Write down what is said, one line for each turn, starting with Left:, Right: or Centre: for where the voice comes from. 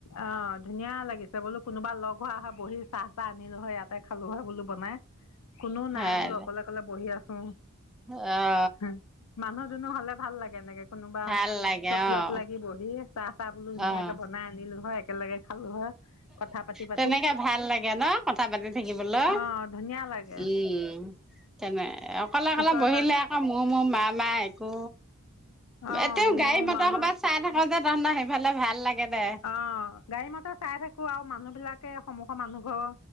Left: অ' ধুনীয়া লাগিছে বোলো কোনোবা লগ হোৱা হয় বহি চাহ। তাহ আনিলো হয় ইয়াতে খালো হয় বোলো বনাই কোননেও
Centre: হয়
Left: নাই বোলো
Centre: দে।
Left: অকলে অকলে বহি আছো
Centre: অ'
Left: হ মানুহ দুনুহ ভাল লাগে এনেকে কোনোবা।
Centre: ভাল লাগে
Left: চব
Centre: অ',
Left: লগ লাগি বহি চাহ চাহ বোলো ধুনীয়াকে
Centre: অ',
Left: বনাই আনিলো হয় একেলগে খালো হয়। কথা পাতি পাতি
Centre: তেনেকে ভাল লাগে ন কথা পাতি থাকিবলৈ।
Left: অ' ধুনীয়া লাগে
Centre: উম তেনেক অকলে অকলে
Left: ওচৰে
Centre: বহিলে
Left: পাজ
Centre: আকৌ মোৰ মোৰ মা মায় আকৌ
Left: অ'
Centre: এতিও
Left: মোৰ
Centre: গাড়ী
Left: মোৰ
Centre: মতৰ
Left: মামা
Centre: ক'ৰবাত চাই থাক যে তহ সেইফালে ভাল লাগে। দে
Left: অ' গাড়ী মটৰ চাই থাকো আৰু মানুহ বিলাকে সন্মুখৰ মানুহ ঘৰ